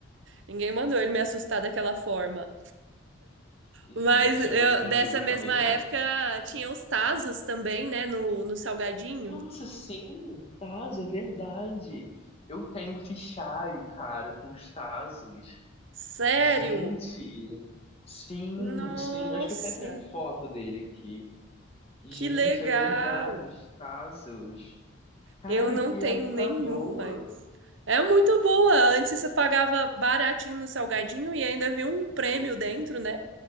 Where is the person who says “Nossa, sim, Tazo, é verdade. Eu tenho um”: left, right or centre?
Left